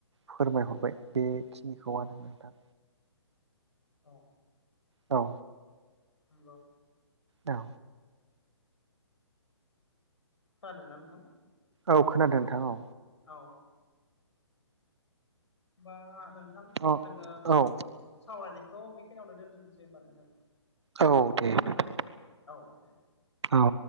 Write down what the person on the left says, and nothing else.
औ
नंगौ
खोनादों ना नोंथां?
औ होमबा नोंथां
जोङो
सावरायनायखौ बेखिनियावनो दोनथ'नोसै होमबा नोंथां।
औ दे।